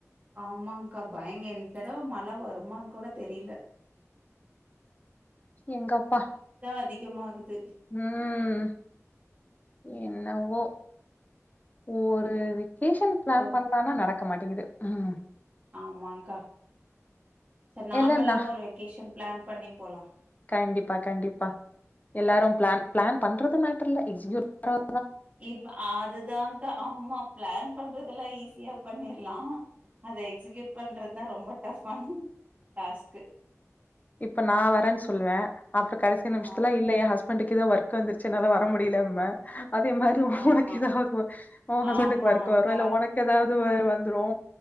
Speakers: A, on the right; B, on the left.
A: ஆமாங்க்கா பயங்க என் தடவ மழ வருமான்னு கூட தெரியில
B: எங்கப்பா
A: அதிகமாகுது
B: உம் என்னவோ ஒரு வெக் கேஷன் பிளான்
A: ஓ
B: பண்ணலாம்னா நடக் க்க மாட்டேங்கிது உம்
A: ஆமாங்க்கா சர் நாமல்லாமக்ஷ
B: இல்லன்னா
A: ஒரு வெகேஷன் பிளான் பண்ணி போலா
B: கண்டிப்பா கண்டிப்பா எல்லாரும் பிளான் பிளான் பண்றது மேட்டர்ல்ல எக்ஸ்கியூட் <inaudible> பண்
A: இது அதுதாங்கா ஆமா பிளான் பண்றதெல்லா ஈசி ஃபிரீயா பண்ணிர்லா அத எக்ஸிக்யூட் பண்றது தா ரொம்ப டஃபான டாஸ்க்கு
B: இப்ப நா வரன்னு சொல்வே அப்புற கடைசி நிமிஷத்துலா
A: ஆ
B: இல்ல என் ஹஸ் பண்டுக்கு ஏதோ ஒர்க் வந்துருச்சு என்னால வர முடியலன்ப அதே மாரி உனக்கு
A: ஆமா
B: ஏதாவது ஒர்க் ஒன் ஹஸ்பண்டுக்கு
A: ஆமாக்கா
B: ஒர்க் வரு இல்ல உனக்கு ஏதாவது <unintelligible> வந்துரும்